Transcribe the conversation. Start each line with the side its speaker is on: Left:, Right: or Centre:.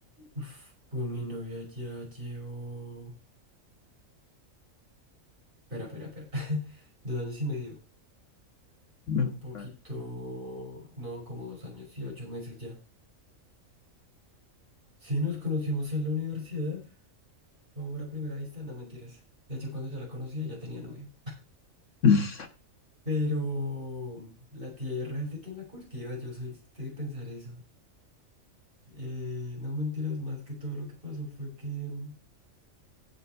Right: uf, con mi novia ya llevo... Espera, espera, espera. <laughs> Dos años y medio.
Left: Mm,
Right: Un poquito...
Left: Vale.
Right: No, como dos años y ocho meses ya. Sí, nos conocimos en la universidad. Fue amor a primera vista, no mentiras. De hecho, cuando yo la conocía ya tenía novio.
Left: <laughs>
Right: Pero la tierra es de quien la cultiva, yo soy de pensar eso. Eh, no mentiras, más que todo lo que pasó fue que mm,